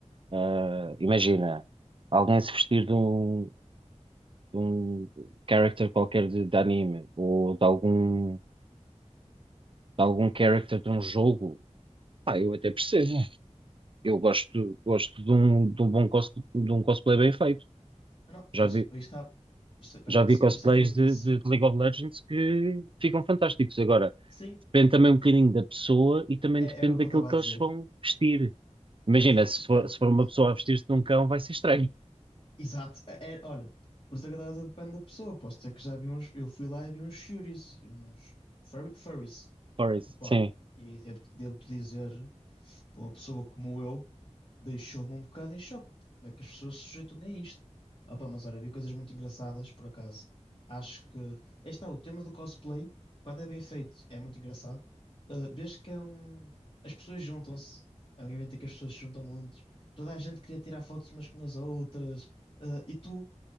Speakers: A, on the right; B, on the left.
A: ah, imagina alguém se vestir de um, de um character qualquer de, de anime ou de algum, de algum character de um jogo, pá, eu até percebo. Eu gosto, gosto de um, de um bom cos, de um cosplay bem feito.
B: Não, não,
A: Já
B: por
A: vi,
B: isso, aí está. Por isso, peraí,
A: já vi
B: se-
A: cosplays
B: por isso é que eu disse.
A: de, de League of Legends que ficam fantásticos. Agora,
B: Sim,
A: depende também um bocadinho da pessoa e também
B: é-
A: depende
B: era o que
A: daquilo
B: eu estava
A: que
B: a dizer.
A: eles vão vestir. Imagina,
B: Exato,
A: se for,
B: era.
A: se for uma
B: hum,
A: pessoa a vestir-se de um cão, vai ser estranho.
B: Exato, é, é- olha, por isso é que eu estava a dizer, depende da pessoa. Posso dizer que já vi uns. Eu fui lá e vi uns Shuris, uns furry- furries.
A: Por isso,
B: Opa,
A: sim,
B: e devo, devo-te dizer. para uma pessoa como eu, deixou-me um bocado em choque. Tipo, Como é que as pessoas se sujeitam a isto? Opa, mas olha, vi coisas muito engraçadas, por acaso. Acho que. Aí está, o tema do cosplay, quando é bem feito, é muito engraçado. Uh, vês que é um. As pessoas juntam-se. É um evento em que as pessoas se juntam muito. Toda a gente queria tirar fotos umas com as outras. Uh, e tu